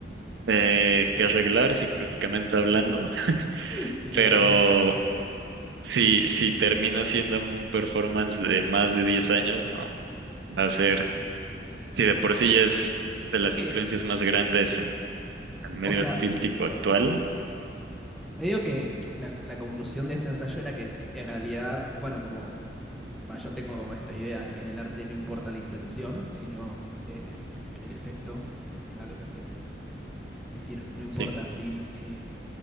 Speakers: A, on the right; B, in the centre.
A: eh, que arreglar psicológicamente hablando, <laughs>
B: <laughs> si no
A: pero
B: cabe en duda.
A: si, si termina siendo un performance de más de 10 años, no, va a ser, si de por sí ya es de
B: Es
A: las
B: que,
A: influencias más grandes en el medio
B: o sea,
A: artístico actual,
B: medio que la, la conclusión de ese ensayo era que eh, en realidad, bueno, como va, yo tengo como esta idea de que en el arte no importa la intención, sino eh, el efecto que tenga lo que haces. Es decir, no importa
A: sí.
B: si, si